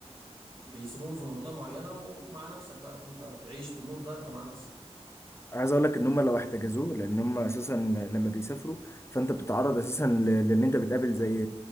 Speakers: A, on the right; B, on the left.
A: بيسيبوهم في منطقه معينه ومع نفسك بقى انت تعيش تموت بقى انت مع نفسك
B: عايز اقول لك ان هم لو احتجزوه لان هم اساسا لما بيسافروا فانت بتتعرض اساسا ل- لان انت بتقابل زي